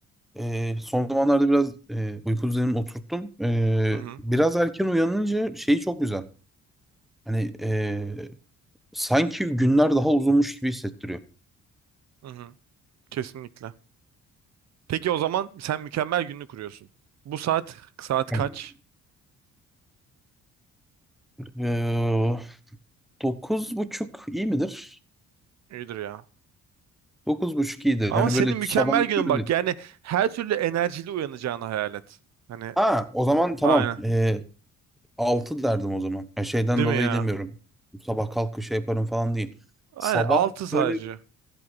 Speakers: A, in the centre; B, on the right.
A: e, son zamanlarda biraz e, uyku düzenimi oturttum. E,
B: Hı hı.
A: biraz erken uyanınca şeyi çok güzel. Hani e, sanki günler daha uzunmuş gibi hissettiriyor.
B: Hı hı. Kesinlikle. Peki o zaman sen mükemmel gününü kuruyorsun. Bu saat saat
A: Tamam.
B: kaç?
A: Ee, dokuz buçuk iyi midir?
B: İyidir ya.
A: Dokuz buçuk iyidir.
B: Ama
A: Hani
B: senin
A: böyle
B: mükemmel
A: sabah
B: günün
A: böyle.
B: bak yani her türlü enerjili uyanacağını hayal et. Hani
A: Ha, o zaman tamam.
B: aynen.
A: Ee, altı derdim o zaman. Ya şeyden
B: Değil
A: dolayı
B: mi ya?
A: demiyorum. Sabah kalkıp şey yaparım falan değil.
B: Aynen
A: Sabah
B: altı sadece.
A: böyle